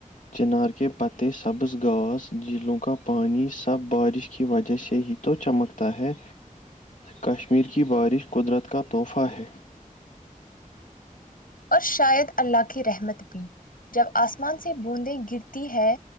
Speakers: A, on the left; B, on the left.
A: چنار کے پتے سبز گھاس جھیلوں کا پانی سب بارش کی وجہ سے ہی تو چمکتا ہے کشمیر کی بارش قدرت کا تحفہ ہے
B: اور شاید اللہ کی رحمت بھی جب آسمان سے بوندیں گرتی ہے